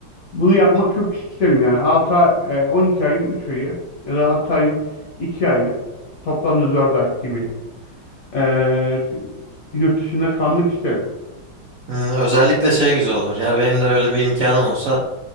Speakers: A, on the left; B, on the right.
A: Bunu yapmak çok isterim yani. 6 ay, e, 12 ayın 3 ayı ya da 6 ayın 2 ayı toplamda 4 ay gibi e, yurt dışında kalmak isterim.
B: Hmm, özellikle şey güzel olur. Ya benim de öyle bir imkanım olsa